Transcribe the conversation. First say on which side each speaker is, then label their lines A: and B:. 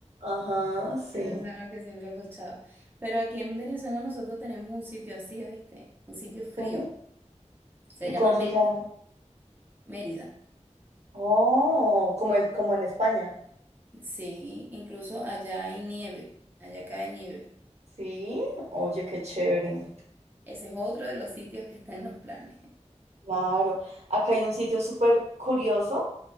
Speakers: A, on the right; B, on the right.
A: Ajá, sí.
B: esos son los que siempre he escuchado. Pero aquí en Venezuela nosotros tenemos un sitio así, ¿oíste? Un sitio frío,
A: Sí.
B: se
A: ¿Y
B: llama
A: cómo
B: Mérida,
A: se llama?
B: Mérida.
A: Oh, como en, como en España.
B: Sí, incluso allá hay nieve, allá cae nieve.
A: Sí, oye, qué chévere.
B: Ese es otro de los sitios que está en los planes.
A: Claro. Acá hay un sitio súper curioso